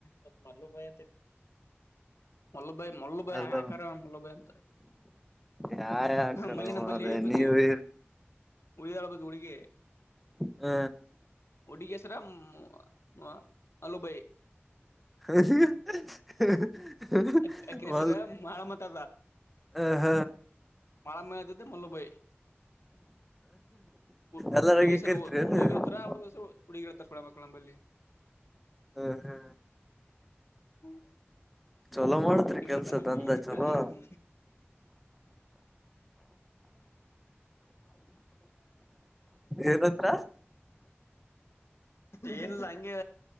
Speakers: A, on the left; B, in the centre.
A: ಬತ್ ಮಲು ಭೈ ಮಲ್ಲಬಾಯಿ ಮಲ್ಲುಭಾಯಿ
B: ಅಲ್ಲ
A: ಹಾಕ ಮಲ್ಲಬಾಯಿ ಅಂತ
B: ಯಾ ಯಾಕರ
A: ಮಲ್ಲೆ ನಂಬಲ್ಲಿಿ
B: ಮಾರಾಯ
A: ಬಗೆ
B: ನೀವು
A: ಉಳಿದಳ ಬ ಹುಡುಗ
B: ಹ್ಮ
A: ಹುಡುಗಿ ಹೆಸರ ನ ಅಲ ಬೈ
B: <unintelligible>
A: ಅಕಿನ
B: ಬ
A: ಹೆಸರ ಮಾಳಮ್ಮ ಅಂತ
B: ಹ ಹ
A: ಮಾರ ಮೇ ಜತೆ ಮಲಬಯ ಹ
B: ಎಲ್ಲಾರಾಗಿ
A: ಹುಡುಗಸರ
B: ಕರಿತ್ರಿನ್
A: ಹುಡುಗಿ
B: ಹ
A: ಇರ್ತಾರ ಹುಡುಗ ಹುಗಿ ಇರ್ತ್ತಾರ ಹಳ ಮಕ್ಕಳಂಬಲ್ಲಿ
B: ಹ್ಮ ಹಾ
A: ಹ್ಮ್
B: ಚಲೋ ಮಾಡತ್ರಿ
A: ಇನ್ನ
B: ಕೆಲ್ಸ
A: ಬಾನ
B: ದಂದ ಚಲೋ
A: ಅದ <unintelligible> <unintelligible>
B: ಏನಂತ
A: ಏನಿಲ್ಲ ಹಂಗೆ